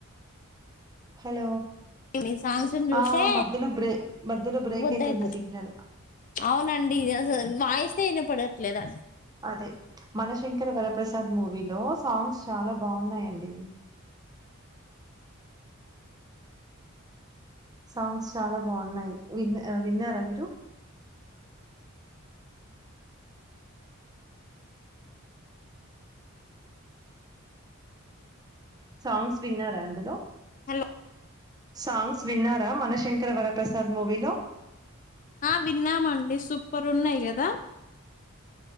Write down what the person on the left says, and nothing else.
మీ సాంగ్స్ని చూసే
వదువుతుంది
అవునండి వాయిస్తే వీనా పడ ట్ లేదా
హలో
ఆ విన్నామండి సూపర్ ఉన్నాయి కదా